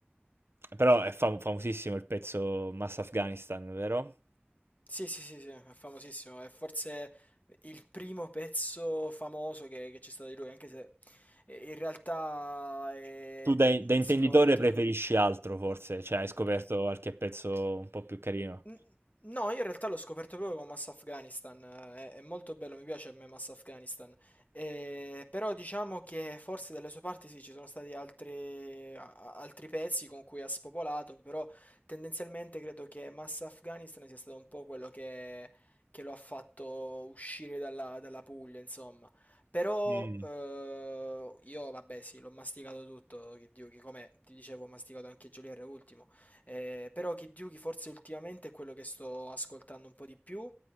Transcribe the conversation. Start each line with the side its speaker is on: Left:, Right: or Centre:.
Right: però è fam- famosissimo il pezzo Mass Afghanistan, vero?
Left: Sì, sì, sì, sì, è famosissimo, è forse il primo pezzo famoso che, che c'è stato di lui, anche se eh, in realtà è...
Right: Tu da, da intenditore
Left: Sì, come hai detto
Right: preferisci
Left: tu.
Right: altro, forse? Cioè, hai scoperto qualche pezzo un po' più carino
Left: N- No, io in realtà l'ho scoperto proprio con Mass Afghanistan, eh, è, è molto bello, mi piace a me Mass Afghanistan, Eh, però diciamo che forse dalle sue parti sì, ci sono stati altri, a- a- altri pezzi con cui ha spopolato, però tendenzialmente credo che Mass Afghanistan sia stato un po' quello che, che lo ha fatto uscire dalla, dalla Puglia, insomma. Però
Right: Mm.
Left: eh, io, vabbè, sì, l'ho masticato tutto, che Dio, che come ti dicevo, ho masticato anche Geolier ultimo. Eh, però Kid Yugi forse ultimamente è quello che sto ascoltando un po' di più,